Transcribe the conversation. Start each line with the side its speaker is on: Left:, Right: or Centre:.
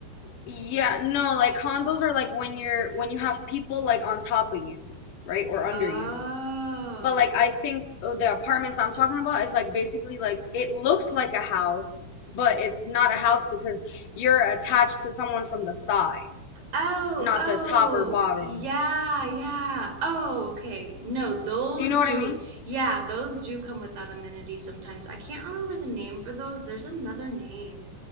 Left: Yeah, no, like condos are like when you're when you have people like on top of you, right? Or under
Right: Oh.
Left: you. But like I think uh, the apartments I'm talking about is like basically like it looks like a house, but it's not a house because you're attached to someone from the side.
Right: Oh,
Left: not
Right: oh,
Left: the top or bottom.
Right: yeah, yeah. Oh, okay. No, those
Left: Do you know what
Right: do,
Left: I mean?
Right: yeah, those do come without amenities sometimes. I can't remember the name for those. There's another name.